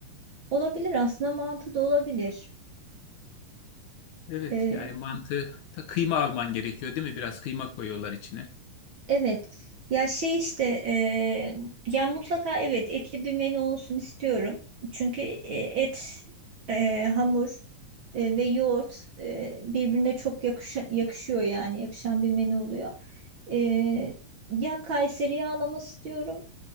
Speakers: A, on the right; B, on the left.
A: Olabilir aslında mantığı da olabilir.
B: Evet
A: E,
B: yani mantı ta kıyma alman gerekiyor değil mi? Biraz kıyma koyuyorlar içine.
A: evet. Ya şey işte e, ya mutlaka evet etli bir menü olsun istiyorum. Çünkü e, et, e, hamur e, ve yoğurt e, birbirine çok yakışa- yakışıyor yani yakışan bir menü oluyor. E, ya Kayseri yağlaması diyorum